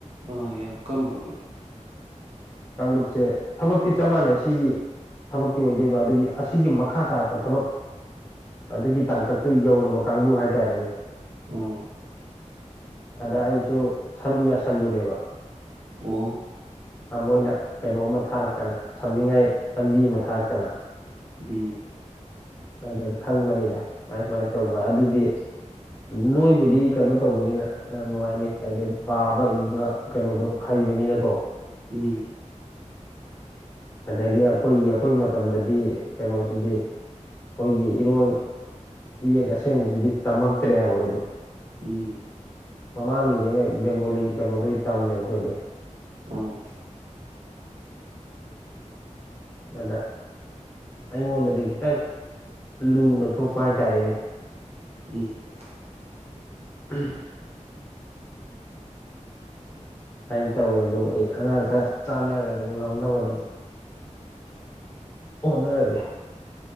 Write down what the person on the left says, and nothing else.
ꯀꯥꯡꯂꯨꯞꯁꯦ ꯊꯕꯛ ꯐꯛꯇꯤ ꯆꯞ ꯃꯥꯟꯅꯩ ꯁꯤꯒꯤ ꯊꯕꯛꯇꯤ ꯑꯣꯏꯗꯣꯏꯕ ꯑꯗꯒꯤ ꯑꯁꯤꯒꯤ ꯃꯈꯥ ꯇꯥꯔꯛꯄ ꯊꯕꯛ ꯑꯗꯨꯒꯤ ꯇꯥꯡꯀꯛꯇꯨ ꯌꯧꯔꯕ ꯀꯥꯡꯕꯨ ꯍꯥꯏꯇꯥꯔꯦꯅꯦ
ꯑꯗ ꯑꯩꯁꯨ ꯁꯔꯨꯛ ꯌꯥꯁꯜꯂꯨꯔꯦꯕ
ꯊꯃꯣꯏꯅ ꯀꯩꯅꯣꯝꯃ ꯊꯥꯔꯛꯇꯅ ꯁꯝꯅꯤꯡꯉꯥꯏ ꯂꯝꯕꯤ ꯑꯃ ꯊꯥꯔꯛꯇꯅ
ꯑꯗꯨ ꯈꯪꯕꯅꯤꯗ ꯁꯨꯃꯥꯏ ꯁꯨꯃꯥꯏꯅ ꯇꯧꯕ ꯑꯗꯨꯗꯤ ꯅꯣꯏꯕꯨꯗꯤ ꯀꯩꯅꯣ ꯇꯧꯕꯅꯤꯅ ꯅꯨꯡꯉꯥꯏꯅꯤ ꯍꯥꯏꯗꯤ ꯄꯥꯕ ꯏꯕ ꯀꯩꯅꯣꯗꯣ ꯍꯩꯕꯅꯤꯅꯀꯣ
ꯑꯗꯒꯤ ꯑꯩꯈꯣꯏꯒꯤ ꯑꯩꯈꯣꯏ ꯃꯇꯝꯗꯗꯤ ꯀꯩꯅꯣꯁꯤꯗꯤ ꯑꯩꯈꯣꯏꯒꯤ ꯏꯔꯣꯜ ꯏꯌꯦꯛ ꯑꯁꯦꯡꯕꯁꯤꯗꯤ ꯇꯝꯃꯛꯇ꯭ꯔꯦꯕ ꯑꯩꯈꯣꯏꯗꯤ
ꯃꯃꯥꯡꯒꯤꯅꯤꯅ ꯕꯦꯡꯒꯣꯂꯤ ꯀꯩꯅꯣꯗꯣ ꯇꯝꯂꯦꯕ ꯑꯩꯈꯣꯏꯗꯤ
ꯑꯗ ꯑꯩꯉꯣꯟꯗꯗꯤ ꯈꯤꯇꯪ ꯂꯨꯅ ꯊꯣꯛꯄ ꯍꯥꯏꯇꯥꯔꯦꯅꯦ
ꯎꯝ ꯑꯗꯨꯃꯥꯏꯅ ꯇꯧꯋꯦ ꯑꯗꯨꯕꯨ ꯑꯩ ꯑꯉꯥꯡ ꯈꯔ ꯆꯥꯟꯅꯔꯒ ꯑꯗꯨꯝ ꯉꯝꯅꯕ ꯑꯗꯨꯝ ꯍꯣꯠꯅꯔꯒꯦ